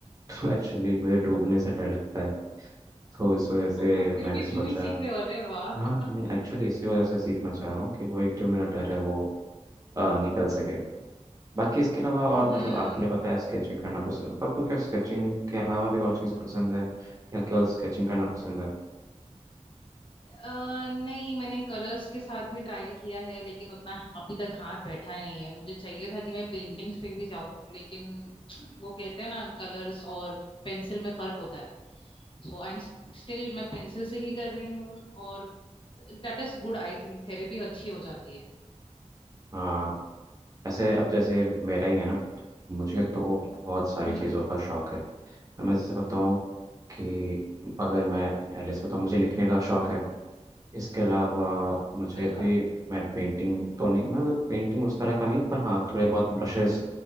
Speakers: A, on the right (about 30°); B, on the left (about 45°).
A: तो एक्चुअली मुझे डूबने से डर लगता है तो इस वजह से
B: फिर
A: मैंने
B: भी स्विमिंग
A: सोचा
B: सीख रहे हो अरे वाह
A: हाँ नहीं एक्चुअली इसी वजह से सीखना चाह रहा हूँ कि वो एक जो मेरा डर है वो अ, निकल सके बाकी इसके अलावा और
B: हम्म
A: मतलब आपने बताया स्केचिंग करना पसंद है तो आपको क्या स्केचिंग के अलावा भी और चीज़ें पसंद है या केवल स्केचिंग करना पसंद है
B: अ, नहीं मैंने कलर्स के साथ भी ट्राई किया है लेकिन उतना अभी तक हाथ बैठा नहीं है मुझे चाहिए था कि मैं पेंटिंग्स पे भी जाऊं लेकिन वो कहते हैं ना कलर्स और पेंसिल में फर्क होता है सो आई एम स्टिल मैं पेंसिल से ही कर रही हूँ और that is good I think therapy अच्छी हो जाती है
A: हाँ ऐसे अब जैसे मेरा ही है ना मुझे तो बहुत सारी
B: हम्म
A: चीज़ों का शौक है अब मैं जैसे बताऊँ कि अगर मैं पहले से बताऊँ मुझे लिखने का शौक है इसके अलावा मुझे
B: अरे वाह
A: भी मैं पेंटिंग तो नहीं मैं मतलब पेंटिंग उस तरह का नहीं पर हाँ थोड़े बहुत ब्रशेस